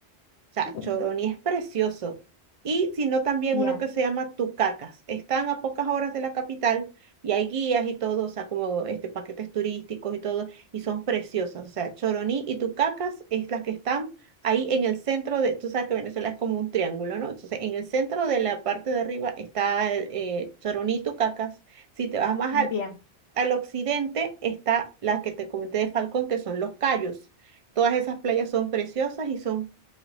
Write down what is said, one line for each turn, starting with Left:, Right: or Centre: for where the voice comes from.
Right: O sea,
Left: ujú.
Right: Choroní es precioso. Y sino también
Left: Bien,
Right: uno que se llama Tucacas. Están a pocas horas de la capital y hay guías y todo, o sea, como este, paquetes turísticos y todo, y son preciosas. O sea, Choroní y Tucacas es las que están ahí en el centro de, tú sabes que Venezuela es como un triángulo, ¿no? Entonces, en el centro de la parte de arriba está eh, Choroní y Tucacas. Si te vas más
Left: bien,
Right: al, al occidente está la que te comenté de Falcón, que son los Cayos. Todas esas playas son preciosas y son